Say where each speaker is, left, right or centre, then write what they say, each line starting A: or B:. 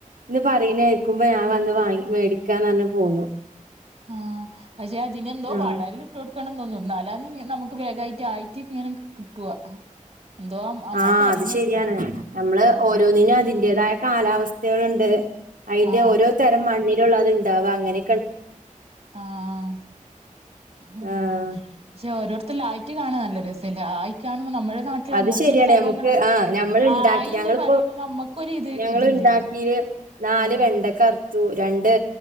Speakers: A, on the right; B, on the right.
A: എന്ന് പറയുന്ന കേക്കുമ്പോ ഞാൻ വന്ന് വാങ്ങി മേടിക്കാന്ന് പറഞ്ഞു പോന്നു
B: ആഹ് പക്ഷെ അതിനെന്തോ
A: ആഹ്
B: വളല് ഇ കൊടുക്കണം തോന്നുന്നു <unintelligible> നമുക്ക് വേഗായിട്ട് ആയിട്ട് ഇങ്ങനെ കിട്ടുവ എന്തോ അം അമ്മായി
A: ആഹ്
B: പറയുന്ന
A: അത് ശരിയാണ്
B: കേട്ടിന് ഇന്നലെ
A: നമ്മള്
B: ആഹ്
A: ഓരോന്നിനും അതിന്റതായ കാലാവസ്ഥകളുണ്ട് അയിന്റെ
B: ആഹ്
A: ഓരോ തരം മണ്ണിലുള്ളത് ഉണ്ടാവ അങ്ങനെ
B: ആഹ് ഉം
A: ആഹ്
B: പക്ഷെ ഓരോരുത്തർ ആയിട്ട് കാണാൻ നല്ല രസല്ലേ ആയികാണുമ്പോ നമ്മുടെ നാട്ടിൽ
A: അത്
B: അങ്ങനത്തെയുള്ള
A: ശരിയാണ്
B: സംഭവങ്ങള്
A: നമുക്ക് ആ ഞമ്മള് ഉണ്ടാക്കി
B: ആയിന്ന്
A: ഞങ്ങളിപ്പോ
B: പറയുമ്പോ നമ്മക്കൊരു ഇത്
A: ഞങ്ങള്
B: ഇതില്ലേ
A: ഉണ്ടാക്കിയില് നാല്
B: ആഹ്
A: വെണ്ടക്ക അറുത്തു രണ്ട്